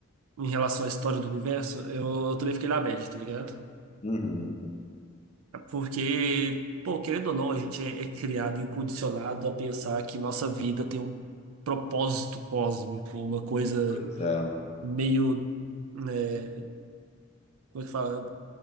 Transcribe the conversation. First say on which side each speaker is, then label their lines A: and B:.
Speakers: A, on the right; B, on the left.
A: em relação à história do universo, eu, eu também fiquei na bad, tá ligado?
B: Uhum,
A: Porque, pô, querendo ou não, a gente é, é criado e condicionado a pensar que nossa vida tem um propósito cósmico, uma coisa
B: pois é. Não
A: meio, né, como é que fala?